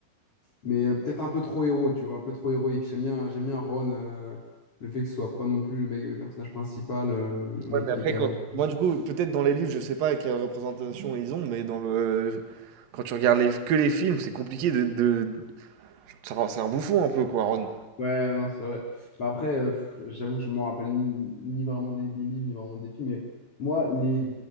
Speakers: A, on the left (about 35°); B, on the right (about 60°).
A: mais euh, peut-être un peu trop héros, tu vois, un peu trop héroïque. J'aime bien, j'aime bien Ron, euh, le fait que ce soit pas non plus le mec, le personnage principal, euh, mais
B: Ouais,
A: qu'il
B: mais après,
A: est quand
B: quand...
A: même.
B: Moi, du coup, peut-être dans les livres, je sais pas quelle représentation ils ont, mais dans le... Quand tu regardes les... que les films, c'est compliqué de... de... C'est un c'est un bouffon, un peu, quoi, Ron.
A: Ouais, non, c'est vrai. Bah après, euh, pff, j'avoue que je ne me rappelle ni, ni vraiment des, des livres, ni vraiment des films, mais moi, les,